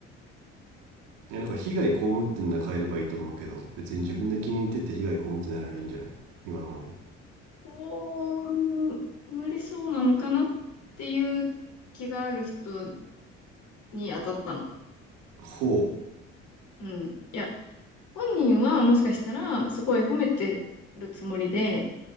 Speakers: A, on the right; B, on the left.
A: え、なんか被害被ってんなら変えればいいと思うけど、別に自分で気に入ってて被害被ってないならいいんじゃない今のままで。
B: こう、無理そうなのかなっていう気がある人に当たったの。
A: ほ
B: うん。いや、本人はもしかしたら、すごい褒めてるつもりで